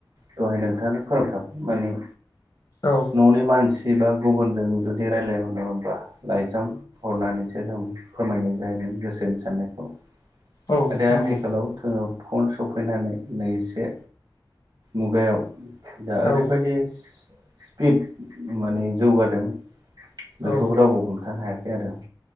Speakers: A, on the right; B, on the left.
A: दहाय नोंथाङानो फोरोंथाब माने
B: औ।
A: न'नि मानसि बा गुबुनजों जुदि रायज्लायहरनो अब्ला लाइजाम हरनानै। से जों फोरमायनाय जायोमोन गोसोनि साननायखौ नाथाय
B: औ नंगौ
A: आथिखालाव जोङो। फन सफैनानै नैसे मुगायाव दा ओरै
B: औ
A: बायदि स्पिड माने जौगादों बेखौबो
B: औ
A: रावबो हमथानो हायाखै आरो आं